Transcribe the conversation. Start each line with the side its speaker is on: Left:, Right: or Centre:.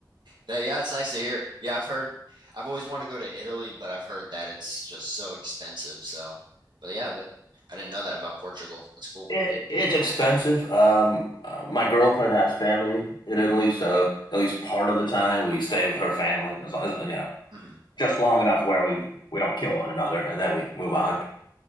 Right: That, yeah, it's nice to hear. Yeah, I've heard I've always wanted to go to Italy, but I've heard that it's just so expensive. So, but yeah, that I didn't know that about Portugal. That's cool.
Left: it, it's expensive. Um, uh, my girlfriend has family in Italy, so at least part of the time we stay with her family, as, as you know,
Right: hmm
Left: just long enough where we we don't kill one another, and then we move on.